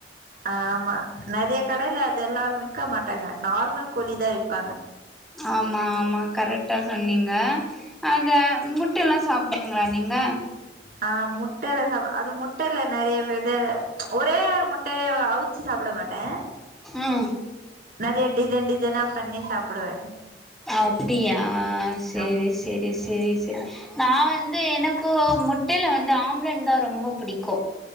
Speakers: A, on the right; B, in the centre.
A: ஆமா நெறய கடைல அதல்லா விக்க மாட்டாங்க நார்மல் கோழி தா விப்பாங்க
B: ஆமா ஆமா கரெக்டா சொன்னீங்க அந்த முட் ட்டல்லா சாப்டுவீங்களா நீங்க
A: ஆஹ் முட்டய்ல்ல சாப்வே அது முட் ட்டயில நெறைய வெத ஒரே முட்டைய அவிச்சு சாப்ட மாட்டே
B: ம்
A: நெறைய டிசைன் டிசைனா பண்ணி சாப் ப்டுவ
B: அப்டியா சரி
A: ஆமா
B: சரி ச சரி சரி நா வந்து எனக்கூ முட்டைல வந்து ஆம்லன் தா ரொம்ப பிடிக்கு